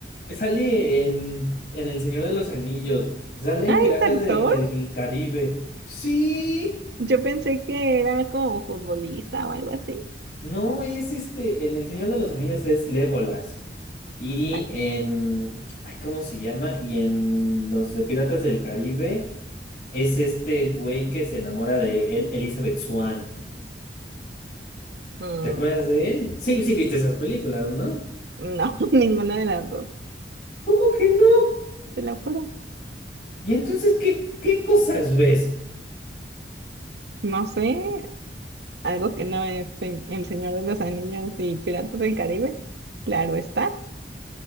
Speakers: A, on the left; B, on the right.
A: sale en, en El Señor de los Anillos. Sale en
B: Ah,
A: Piratas
B: es actor.
A: del, del Caribe. Sí.
B: Yo pensé que era como futbolista o algo así.
A: No, es este. En El Señor de los Anillos es Legolas. Y
B: Nah.
A: en. Ay, ¿cómo se llama? Y en los de Piratas del Caribe es este güey que se enamora de El- Elizabeth Swann.
B: Mm,
A: ¿Te acuerdas de él? Sí, sí, viste esas películas, ¿no?
B: no, <laughs> ninguna de las dos,
A: ¿Cómo que no?
B: te lo juro.
A: Y entonces, ¿qué, qué cosas ves?
B: No sé, algo que no es se- El Señor de los Anillos y Piratas del Caribe. Claro está.